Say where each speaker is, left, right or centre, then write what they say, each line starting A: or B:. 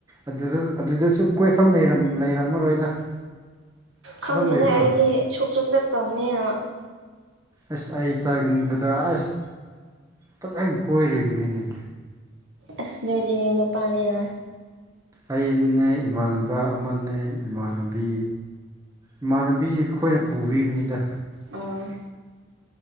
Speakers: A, on the right; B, on the right.
A: ꯑꯗꯨꯗ ꯑꯗꯨꯗꯁꯨ ꯀꯣꯏꯐꯝ ꯂꯩꯔꯝꯃꯔꯣꯏꯗ꯫ <inaudible>
B: ꯈꯪꯗꯦꯗ
A: ꯂꯩꯕ꯭ꯔꯣ
B: ꯑꯩꯗꯤ ꯁꯨꯛꯆꯠ ꯆꯠꯇꯕꯅꯤꯅ꯫
A: ꯑꯁ ꯑꯩ ꯆꯪꯕꯗ ꯑꯁ ꯐꯖꯅ ꯀꯣꯏꯔꯤꯕꯅꯤꯅꯦ꯫
B: ꯑꯁ ꯅꯣꯏꯗꯤ ꯅꯨꯄꯥꯅꯤꯅ꯫
A: ꯑꯅꯦ ꯏꯃꯥꯟꯅꯕ ꯑꯃꯅꯦ ꯏꯃꯥꯟꯅꯕꯤ꯫ ꯏꯃꯥꯟꯅꯕꯤ ꯑꯩꯈꯣꯏꯅ ꯄꯨꯕꯤꯕꯅꯤꯗ꯫
B: ꯑꯥ